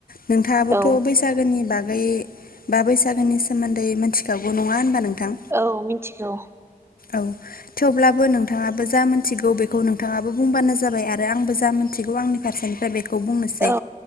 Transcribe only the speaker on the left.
नोंथाङाबोथ'
बैसागोनि बागै बा बैसागोनि सोमोन्दै मिथिखागौ नङा होनबा नोंथां
औ थेवब्लाबो नोंथाङाबो जा मिथिगौ बेखौ नोंथाङाबो बुंबानो जाबाय आरो आंबो जा मिथिगौ आंनि फारसेनिफ्राय बेखौ बुंनोसै